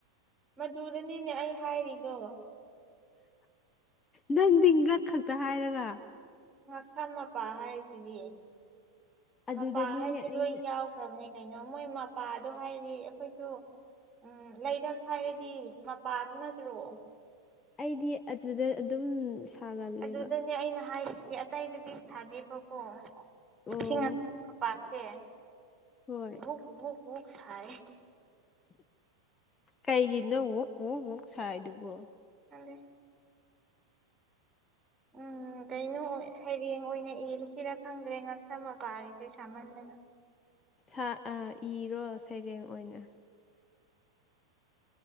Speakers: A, on the right (about 15°); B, on the left (about 20°).
A: ꯃꯗꯨꯗꯅꯤꯅꯦ ꯑꯩ ꯍꯥꯏꯔꯤꯗꯣ
B: ꯅꯪꯗꯤ ꯉꯛ ꯈꯛꯇ ꯍꯥꯏꯔꯒ
A: ꯉꯛꯁꯝ ꯃꯄꯥ ꯍꯥꯏꯔꯤꯁꯤꯗꯤ
B: ꯑꯗꯨꯗꯅꯤꯅꯦ
A: ꯃꯄꯥ ꯍꯥꯏꯁꯤ
B: ꯑꯩꯅ
A: ꯂꯣꯏ ꯌꯥꯎꯈ꯭ꯔꯕꯅꯤ ꯀꯩꯅꯣ ꯃꯣꯏ ꯃꯄꯥꯗꯣ ꯍꯥꯏꯔꯤ ꯑꯩꯈꯣꯏꯁꯨ ꯎꯝ ꯂꯩꯔꯛ ꯍꯥꯏꯔꯗꯤ ꯃꯄꯥꯗꯨ ꯅꯠꯇ꯭ꯔꯣ
B: ꯑꯩꯗꯤ ꯑꯗꯨꯗ ꯑꯗꯨꯝ ꯁꯥꯒꯜꯂꯦꯕ
A: ꯑꯗꯨꯗꯅꯦ ꯑꯩꯅ ꯍꯥꯏꯔꯤꯁꯦ ꯑꯇꯩꯗꯗꯤ ꯁꯥꯗꯦꯕꯀꯣ
B: ꯑꯣ
A: ꯁꯤꯡ ꯉꯛ ꯃꯄꯥꯁꯦ
B: ꯍꯣꯏ
A: ꯋꯨꯛ ꯋꯨꯛ ꯋꯨꯛ ꯁꯥꯏ
B: ꯀꯩꯒꯤꯅꯣ ꯋꯨꯛ ꯋꯨꯛ ꯋꯨꯛ ꯁꯥꯏꯗꯨꯕꯣ
A: ꯈꯪꯗꯦ ꯎꯝ ꯀꯩꯅꯣ ꯁꯩꯔꯦꯡ ꯑꯣꯏꯅ ꯏꯔꯁꯤꯔ ꯈꯪꯗ꯭ꯔꯦ ꯉꯛꯁꯝ ꯃꯄꯥꯥꯁꯤꯁꯨ ꯁꯥꯃꯟꯗꯅ
B: ꯁꯥ ꯑꯥ ꯏꯔꯣ ꯁꯩꯔꯦꯡ ꯑꯣꯏꯅ